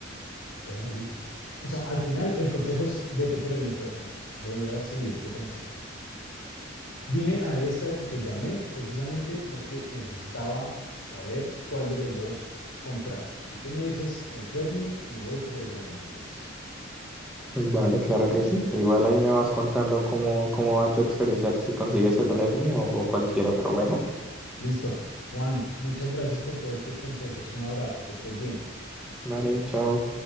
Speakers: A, on the left; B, in the centre.
A: Bueno, listo. O sea, al final el consejo es vete por el Redmi. Voy a seguir tu consejo. Vine a esta, te llamé precisamente porque necesitaba saber cuál de los dos comprar. Si tú me dices el Redmi, me voy por el Redmi entonces.
B: Vale, claro que sí. Igual ahí me vas contando cómo, cómo va tu experiencia, si consigues el Redmi o, o cualquier otro. Bueno,
A: Listo. Juan, muchas gracias por todos tus consejos. Un abrazo, que estés bien.
B: vale, chao.